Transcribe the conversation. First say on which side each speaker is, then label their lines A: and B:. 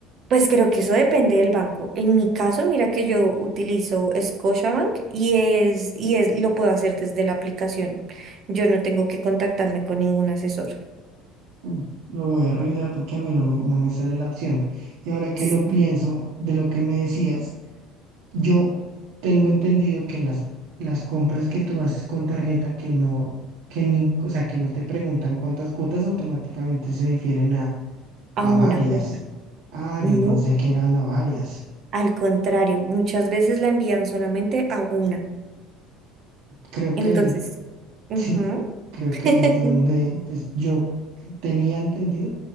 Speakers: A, on the right (about 35°); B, on the right (about 80°).
A: Pues creo que eso depende del banco. En mi caso, mira que yo utilizo Scotiabank y es, y es, lo puedo hacer desde la aplicación. Yo no tengo que contactarme con ningún asesor.
B: Mm, Lo voy a revisar porque a mí no me, no me sale la opción. Y ahora que
A: Sí.
B: lo pienso de lo que me decías, yo tengo entendido que las, las compras que tú haces con tarjeta que no, que ni- o sea, que no te preguntan cuántas cuotas automáticamente se difieren a,
A: a
B: a
A: una
B: varias.
A: cuota.
B: Ah, yo
A: No,
B: pensé que eran a varias.
A: al contrario, muchas veces la envían solamente a una.
B: Creo
A: Entonces,
B: que ahí es
A: ujú.
B: Sí, creo que
A: <laughs>
B: ahí es donde des- yo tenía entendido